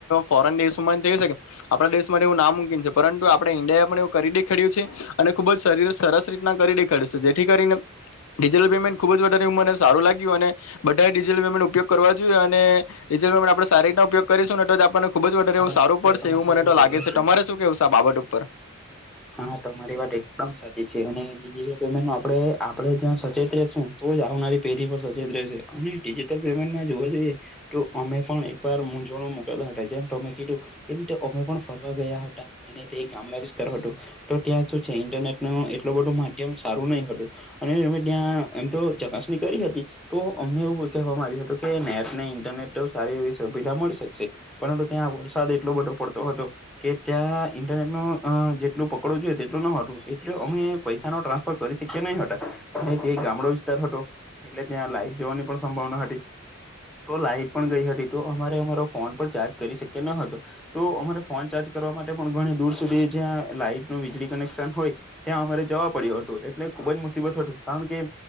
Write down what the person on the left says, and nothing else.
ફોરેન દેશમાં થકે આપણા દેશમાં એવું ના મૂનકીન છે, પરંતુ આપણે ઇન્ડિયા એ કરી દેખાડ્યું છે અને ખુબ જ શરીર સરસ રીતના કરી દેખાડ્યું છે જેથી કરીને ડિજિટલ પેમેન્ટ ખુબ જ વધારે એ મને સારું લાગ્યું અને બધા ડિજિટલ પેમેન્ટ ઉપયોગ કરવા જોઈએ અને ડિજિટલ પેમેન્ટ સારિ રીતે ઉપયોગ કરીશું ને તો આપને ખુબ જ એવું
સારું
પડશે એવું
મને તો લાગે છે, તમારે શું કેવુ છે આ બાબત ઉપર